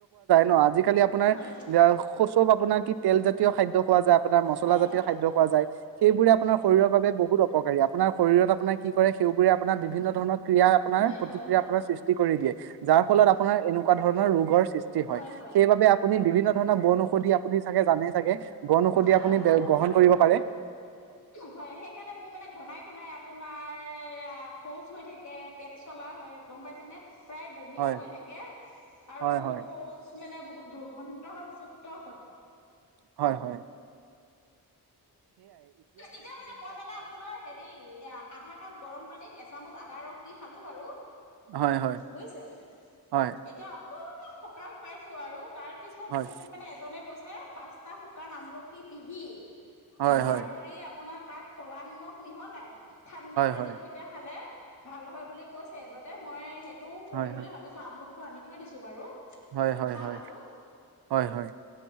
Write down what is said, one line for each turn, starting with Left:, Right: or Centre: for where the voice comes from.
Right: ন আজি জ খালি আপোনাৰব
Left: হয় হয়
Right: আপোনাৰ কি তেলজাতীয় খাদ্য খোৱা যায় আপোনাৰ মচলা
Left: হয়
Right: জাতীয়
Left: হয়
Right: খাদ্য খোৱা যায় সেইবোৰে আপোনাৰ শৰীৰৰ বাবে বহুত উপকাৰী আপোনাৰ শৰীৰত আপোনাক কি কৰে সেইবোৰে আপাৰ বিভিন্ন ধৰণৰ ক্ৰিয়া আপোনাৰ
Left: হয়
Right: প্ৰতিক্ৰিয়া
Left: হয় হয়
Right: আপোনাৰ সৃষ্টি কৰি দিয়ে যাৰ ফলত আপোনাৰ এনেকুৱা তেনেকোৱা ধৰণ ৰোগৰ সৃষ্টি।
Left: হয় হয়
Right: সেইবাবে আপুনি বিভিন্ন ধৰণৰ বন ঔষধি আপুনি চাগে জানেই চাগে বন ঔষধি
Left: হয়
Right: আপুনি
Left: হয় মই গম
Right: গ্ৰহণ
Left: পাওঁ
Right: কৰিব
Left: বাৰু
Right: পাৰে
Left: হয় সেইকাৰণে মোৰ মানে ঘনাই ঘনাই আপোনাৰ মাৰ শৌচ হৈ থাকে পেট চলা হয় গম পাইছে নে প্ৰায় বমিও
Right: হয়
Left: হৈ থাকে আৰু
Right: হয় হয়
Left: পৌজ মানে বহুত দুৰ্গন্ধ যুক্ত হয়।
Right: হয় হয়।
Left: এতিয়া মানে মই মানে আপোনাৰ হেৰি এ আধা কাপ গৰম পানীত এচামুচ দা ৰস দি খালো বাৰু!
Right: হয় হয়
Left: বুজিছে
Right: হয়
Left: এতিয়া অকমান সকাহ পাইছোঁ আৰু। তাৰ পিছত
Right: হয়
Left: মোক মানে এজনে কৈছ ছে পাঁচটা শুকান আমলখি পিহি
Right: হয়
Left: গুৰা
Right: হয়
Left: কৰি আপোনাৰ তাত ক'লা নিমখ মিহলাই ঠাণ্ডা পানীৰ
Right: হয়
Left: সৈতে খালে ভাল হয় বুলি কৈছে এজন মইয়ে সে তো কৰিম
Right: হয় হয়
Left: বুলি ভাবিছো আমল <unintelligible> আনি থৈ দিছো বাৰু।
Right: হয় হয়
Left: খাম
Right: হয়,
Left: আৰু
Right: হয় হয়।